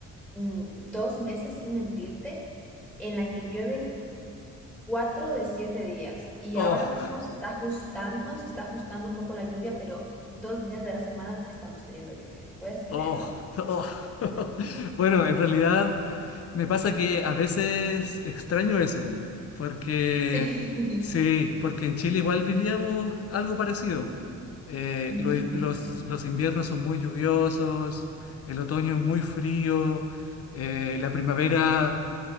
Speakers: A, in the centre; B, on the left.
A: mm, dos meses, sin mentirte, en la que llueven cuatro de siete días. Y
B: Oh.
A: ahora mismo se está ajustando, se está ajustando un poco la lluvia, pero dos días de la semana estamos teniendo lluvia. ¿Puedes creerlo?
B: Oh, oh. <laughs> Bueno, en realidad me pasa que a veces extraño eso, porque
A: Sí. <laughs>
B: sí, porque en Chile igual vivíamos algo parecido. Eh,
A: Ujú,
B: lo- los, los inviernos son muy lluviosos, el otoño es muy frío, eh, la primavera